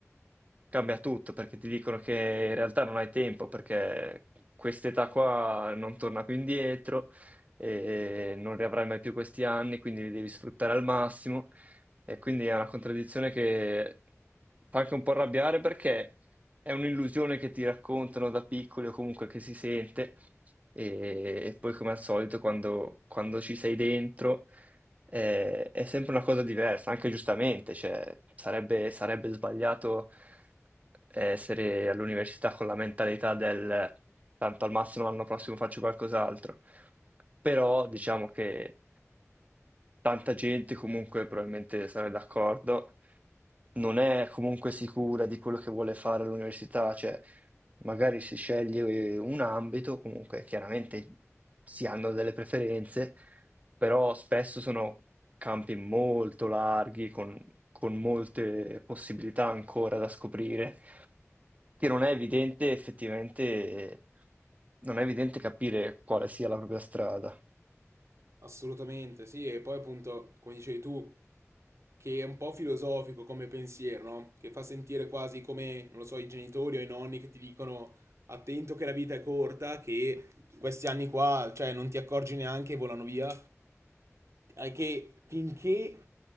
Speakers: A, on the right; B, on the right.
A: cambia tutto perché ti dicono che in realtà non hai tempo perché quest'età qua non torna più indietro e non riavrai mai più questi anni, quindi li devi sfruttare al massimo. E quindi è una contraddizione che fa anche un po' arrabbiare perché è un'illusione che ti raccontano da piccoli o comunque che si sente e, e poi come al solito quando, quando ci sei dentro eh, è sempre una cosa diversa, anche giustamente, cioè, sarebbe, sarebbe sbagliato eh, essere all'università con la mentalità del tanto al massimo l'anno prossimo faccio qualcos'altro, però diciamo che tanta gente comunque probabilmente sarà d'accordo, non è comunque sicura di quello che vuole fare all'università, cioè magari si sceglie eh, un ambito, comunque chiaramente si hanno delle preferenze, però spesso sono campi molto larghi, con, con molte possibilità ancora da scoprire, che non è evidente effettivamente, non è evidente capire quale sia la propria strada.
B: Assolutamente, sì, e poi appunto, come dicevi tu, che è un po' filosofico come pensiero, no? Che fa sentire quasi come, non lo so, i genitori o i nonni che ti dicono attento che la vita è corta, che questi anni qua, cioè, non ti accorgi neanche e volano via, è che finché